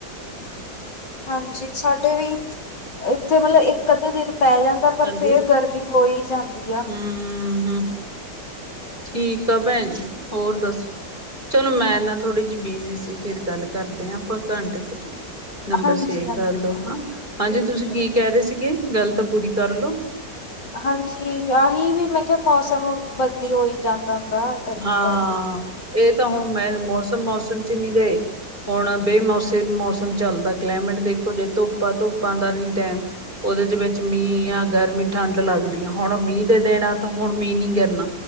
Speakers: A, on the left (about 75°); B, on the right (about 25°).
A: ਹਾਂਜੀ ਜੀ ਸਾਡੇ ਵੀ ਇੱਥੇ ਮਤਲਬ ਇੱਕ ਅੱਧੇ ਦਿਨ ਪੈ ਜਾਂਦਾ ਪਰ
B: ਹਾਂਜੀ
A: ਫੇਰ ਗਰਮੀ ਹੋ ਹੀ ਜਾਂਦੀ ਧਆ
B: ਹਮ ਹਮ ਠੀਕ ਆ ਭੈਣ ਹੋਰ ਦੱਸੋ ਚਲੋ ਮੈਂ ਨਾ ਥੋੜ੍ਹੀ ਜਿਹੀ ਬਿਜੀ ਸੀ ਫੇਿਰ ਗੱਲ ਕਰਦੇ ਹਾਂ ਆਪਾਂ ਘੰਟੇ ਨੰਬਰ
A: ਹਾਂਜੀ
B: ਸਵੇ
A: ਹਾਂਜੀ
B: ਕਰ ਲਿਓ ਹਾਂ ਹਾਂਜੀ
A: ਠੀਕ
B: ਤੁਸੀਂ ਕੀ
A: ਹੈ ਜੀ
B: ਕਹਿ ਰਹੇ ਸੀਗੇ ਗੱਲ ਤਾਂ ਪੂਰੀ ਕਰਲੋ
A: ਹਾਂਜੀ ਆਹੀ ਵੀ ਮੈਂ ਕਿਹਾ ਮੌਸਮ ਬਦਲੀ ਹੋਈ ਜਾਂਦਾ ਹਦਾ ਗਰਮੀ
B: ਹਾਂ
A: ਕਰਕੇ
B: ਇਹ ਤਾਂ ਹੁਣ ਮੈਂ ਮੌਸਮ ਮੌਸਮ ਚ ਨਹੀਂੀ ਰਹੇ ਹੁਣ ਬੇਮੌਸ ਮੌਸਮ ਚੱਲਦਾ ਕਲਾਈਮੇਟ ਦੇਖੋ ਜੇ ਧੁੱਪ ਆ ਧੁੱਪਾਂ ਦਾ ਨੀ ਟਾਈਮ ਉਹਦੇ ਦੇ ਵਿੱਚ ਮੀਂਹ ਆ ਗਰਮੀ ਠੰਢ ਲੱਗਦੀ ਆ ਹੁਣ ਮੀਂਹ ਦੇ ਦਿਨ ਆ ਤਾਂ ਹੁਣ ਮੀਂਹ ਨੀ ਗਿਰਨਾ